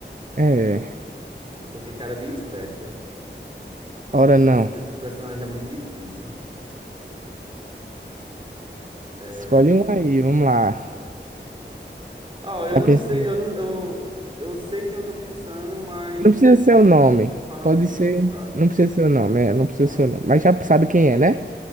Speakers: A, on the right; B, on the right.
A: É.
B: Porque tu tem cara de esperto.
A: Ora
B: Esses,
A: não.
B: pers- esses personagens é muito difícil. É...
A: Escolhe um aí, vamos lá.
B: Ó, eu
A: Já
B: não
A: pensou?
B: sei, eu não, eu, eu sei quem eu tô pensando, mas
A: Não precisa ser o nome.
B: falar
A: Pode
B: o nome,
A: ser.
B: no caso.
A: Não precisa ser o nome, é, não precisa
B: Pronto,
A: ser o nome. Mas já sabe quem é, né?